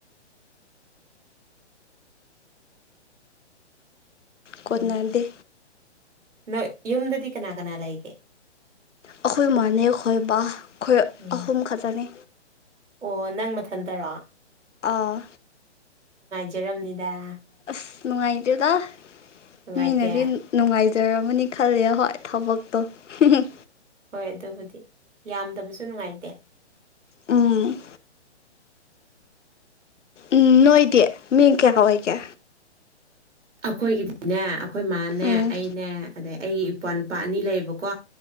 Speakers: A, on the right; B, on the left.
A: <inaudible>
B: ꯀꯣꯟꯅꯗꯦ
A: ꯎꯝ ꯅꯣꯏ ꯌꯨꯝꯗꯗꯤ ꯀꯅꯥ ꯀꯅꯥ ꯂꯩꯒꯦ
B: ꯑꯈꯣꯏ ꯃꯥꯅꯦ ꯈꯣꯏ ꯕꯥ ꯈꯣꯏ
A: ꯎꯝ
B: ꯑꯍꯨꯝ ꯈꯇꯅꯤ
A: ꯑꯣ ꯅꯪ ꯃꯊꯟꯇꯔꯑꯣ
B: ꯑꯥ
A: ꯀꯦꯔꯝꯅꯤꯗ
B: ꯑꯁ ꯅꯨꯡꯉꯥꯏꯗꯦꯗ
A: ꯅꯨꯡꯉꯥꯏꯇꯦ
B: ꯃꯤꯅꯗꯤ ꯅꯨ ꯅꯨꯡꯉꯥꯏ ꯖꯔꯝꯃꯅꯤ ꯈꯜꯂꯦ ꯍꯣꯏ ꯊꯕꯛꯇꯣ ꯍꯍꯝ
A: ꯍꯣꯏ ꯑꯗꯨꯕꯨꯗꯤ ꯌꯥꯝꯗꯕꯁꯨ ꯅꯨꯡꯉꯥꯏꯇꯦ
B: ꯎꯝ ꯎꯝ ꯅꯣꯏꯗꯤ ꯃꯤꯡ ꯀꯌꯥꯒ ꯑꯣꯏꯒꯦ
A: ꯑꯈꯣꯏꯒꯤꯗꯤꯅꯦ ꯑꯩꯈꯣꯏ ꯃꯥꯅꯦ
B: ꯎꯝ
A: ꯑꯩꯅꯦ ꯑꯗꯩ ꯑꯩꯒꯤ ꯏꯄꯨꯋꯥ ꯅꯨꯄꯥ ꯑꯅꯤ ꯂꯩꯌꯦꯕꯀꯣ